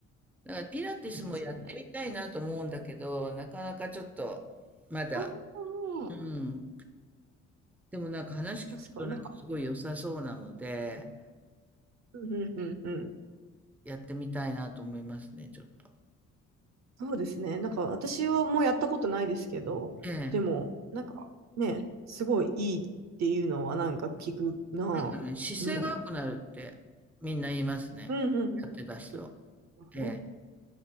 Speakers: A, in the centre; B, on the right.
A: だからピラティスもやってみたいなと思うんだけど、
B: いですよね。
A: なかなかちょっと、まだ、
B: ああ、
A: うん。でもなんか話聞くとなんかすごい良さそうなので、
B: 確かになんか、うんうんうんうん。
A: やってみたいなと思いますね、ちょっと。
B: そうですね。なんか私はもうやったことないですけど、
A: ええ。
B: でも、なんかね、すごいいいっていうのはなんか聞くなぁ。
A: なんかね姿勢が良くなるってみんな言いますね。
B: うん。うんうんうん。
A: やってた人。
B: う
A: ええ。
B: んね、